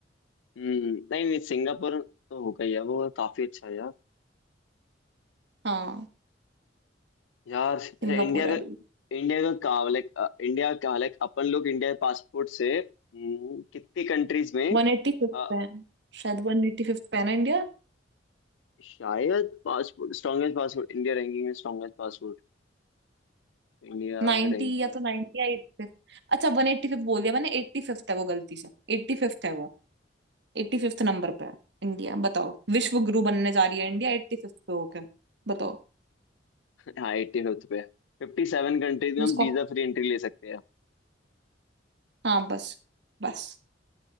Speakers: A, on the left; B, on the right.
A: हम्म नहीं नहीं सिंगापुर तो होगा ही है वो काफी अच्छा है
B: हाँ
A: यार अच्छा
B: सिंगापुर
A: इंडिया
B: है अभी
A: का इंडिया का कहाँ लाइक इंडिया का लाइक अपन लोग इंडिया पासपोर्ट से हम्म, कितनी कंट्रीज में
B: वन एट्टी फिफ्थ
A: अ,
B: पे है शायद वन एट्टी फिफ्थ पे है ना इंडिया
A: शायद passport strongest passport India ranking में स्ट्रॉन्गेस्ट पासपोर्ट इंडिया
B: 90
A: रैंकिंग
B: या तो 90 या 85th अच्छा वन एट्टी फिफ्थ बोल दिया मैंने एट्टी फिफ्थ है वो गलती से एट्टी फिफ्थ है वो एट्टी फिफ्थ नंबर पे है इंडिया बताओ विश्व गुरु बनने जा रही है इंडिया एट्टी फिफ्थ पे होके बताओ
A: हाँ एट्टी फिफ्थ <laughs> पे है। फिफ्टी सेवन कंट्रीज में
B: जिसको
A: हम वीजा फ्री एंट्री ले सकते हैं
B: हाँ बस बस